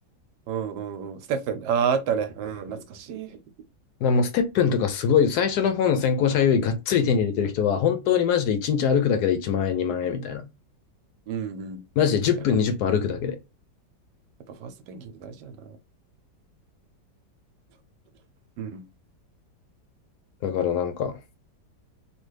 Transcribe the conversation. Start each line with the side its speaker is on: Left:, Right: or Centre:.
Right: うんうんうん。ステッフェン。あー、あったね。うん、懐かしい。
Left: らもうステップンとかすごい、最初の方の先行者優位がっつり手に入れてる人は、本当にマジで1日歩くだけで1万円、2万円みたいな。
Right: うんうん。
Left: マジで10分、
Right: やっぱ、や
Left: 20分歩くだけで。
Right: っぱファーストペンギンって大事やな。うん。
Left: だからなんか、